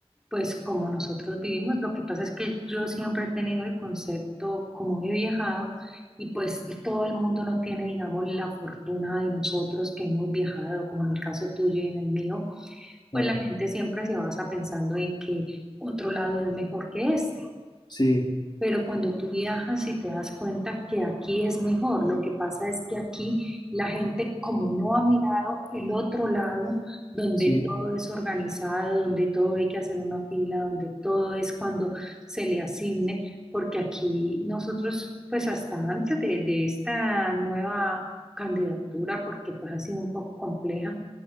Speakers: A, in the centre; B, on the left.
A: pues como nosotros vivimos, lo que pasa es que yo siempre he tenido el concepto, como he viajado, y pues todo el mundo no tiene, digamos, la fortuna de nosotros que hemos viajado, como en el caso tuyo y en el mío, pues
B: Claro,
A: la gente siempre se basa pensando en que otro lado es mejor que este.
B: sí,
A: pero cuando tú viajas y te das cuenta que aquí es mejor, lo que pasa es que aquí la gente como no ha mirado el otro lado, donde
B: sí.
A: todo es organizado, donde todo hay que hacer una fila, donde todo es cuando se le asigne, porque aquí nosotros, pues hasta antes de, de esta nueva candidatura, porque pues ha sido un poco compleja,